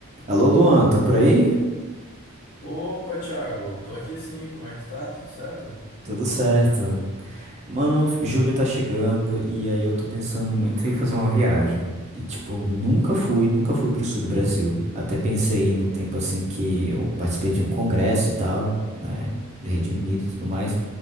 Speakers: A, on the right; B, on the left.
A: Alô, Luan, tá por aí?
B: Opa, Thiago, tô aqui sim, como é que tu tá? Tudo certo?
A: Tudo certo. Mano, julho tá chegando e aí eu tô pensando muito em fazer uma viagem. E, tipo, nunca fui, nunca fui pro sul do Brasil. Até pensei em ir no tempo assim que eu participei de um congresso e tal, né? da Rede Unida e tudo mais.